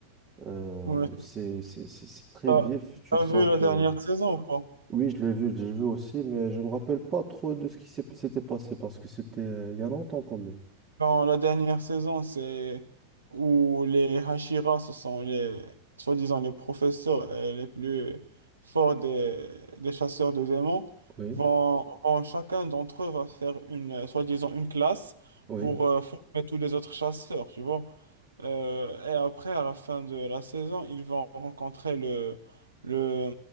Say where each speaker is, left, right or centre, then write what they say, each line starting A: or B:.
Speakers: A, on the right (about 25°); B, on the right (about 75°).
A: Euh,
B: Ouais,
A: c'est c'est- c'est- c'est très
B: t'as
A: vif. Tu
B: t'as
A: sens
B: vu la
A: que
B: dernière saison, quoi.
A: Oui, je l'ai vu, je l'ai vu aussi, mais je me rappelle pas trop de ce qui s'est- s'était passé parce que c'était euh, il y a longtemps quand même.
B: Dans la dernière saison, c'est où les Hashira, ce sont les, soi-disant, les professeurs et les plus forts des, des chasseurs de démons,
A: Oui,
B: vont, vont- chacun d'entre eux va faire une, euh, soi-disant, une classe
A: oui,
B: pour euh, former tous les autres chasseurs, tu vois. Euh, et après, à la fin de la saison, ils vont rencontrer le, le,